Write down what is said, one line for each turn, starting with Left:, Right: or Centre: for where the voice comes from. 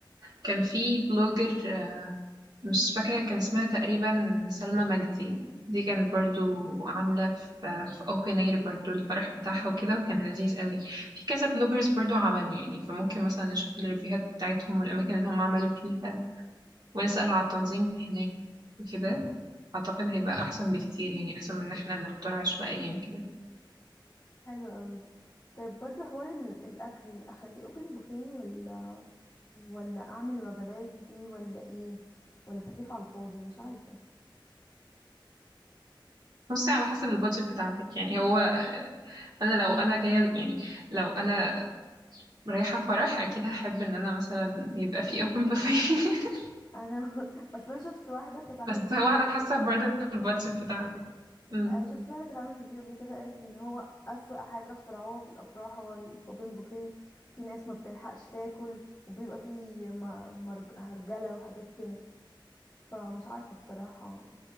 Right: كان في بلوجر آه، مش فاكرة كان اسمها تقريبا سلمى مجدي دي كانت برضو عاملة في في اوبن اير برضو الفرح بتاعها وكده وكان لذيذ قوي في كذا بلوجرز برضو عملوا يعني فممكن مثلا نشوف الريفيوهات بتاعتهم والأماكن اللي هم عملوا فيها ونسأل على التنظيم هناك وكده أعتقد هيبقى أحسن بكتير يعني أحسن من إن احنا نختار عشوائيا كده
Left: حلو قوي ده طيب برضو حوار ال- الاكل اخليه اوبن بوفيه ولا ولا اعمل وجبات دي ولا ايه ولا تكلفة على الفاضي مش عارفة
Right: بصي على حسب البادجت بتاعتك يعني هو أنا لو أنا جاية يعني لو أنا رايحة فرح أكيد هحب إن أنا مثلا يبقى في أوبن بوفيه <laughs>
Left: انا <laughs> اصلا شفت واحدة كانت عاملة
Right: بس
Left: ريفيو
Right: هو
Left: قبل
Right: على
Left: كده
Right: حسب برضه البادجت بتاعتك أمم.
Left: آه، شفت واحدة كانت عاملة ريفيو قبل كده قالت ان هو اسوأ حاجة اخترعوها في الافراح هو الاوبن بوفيه في ناس ما بتلحقش تاكل وبيبقى فيه م- مرج- هرجلة وحاجات كده فمش عارفة بصراحة